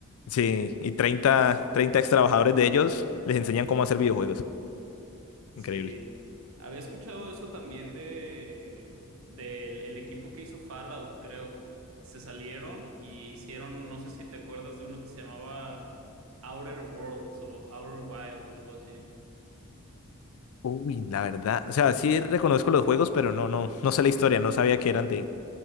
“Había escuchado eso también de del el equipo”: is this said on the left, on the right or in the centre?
Right